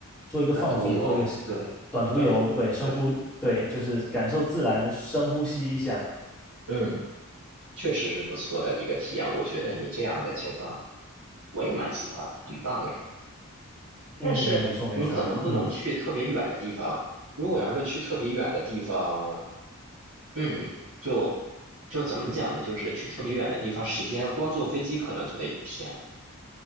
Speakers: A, in the centre; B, on the right (about 70°).
A: 做一个放松，
B: 短途游，
A: 做一个
B: 对，
A: 短途游，
B: 短途，
A: 对，深呼，
B: 对，
A: 对，就是感受自然，深呼吸一下。
B: 嗯，确实是不错的一个体验。我觉得你这样的情况，我也蛮喜欢，很棒哎。但是你可能不能去特别远的地方，
A: 嗯，没错，没错，嗯。
B: 如果要是去特别远的地方，嗯，就就怎么讲呢？就是去特别远的地方，时间光坐飞机可能就得一天。